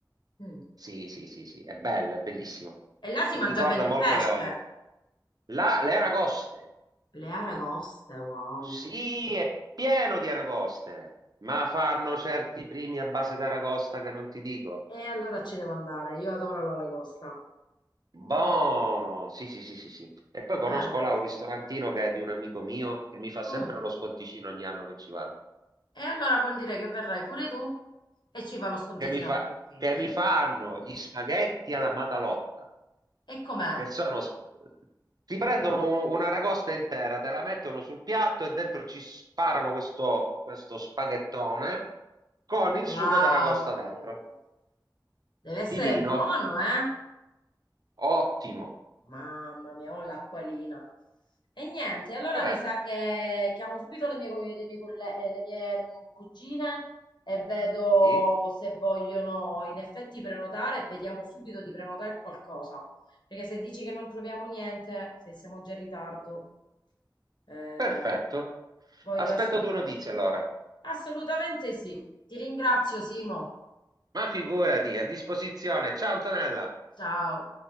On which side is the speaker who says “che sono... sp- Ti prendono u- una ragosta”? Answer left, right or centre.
Right